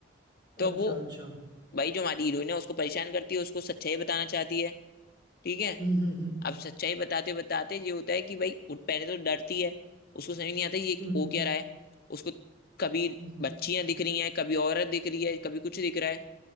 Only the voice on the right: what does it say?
अच्छा
अच्छा
हम्म हम्म हम्म
हम्म
हम्म, हम्म,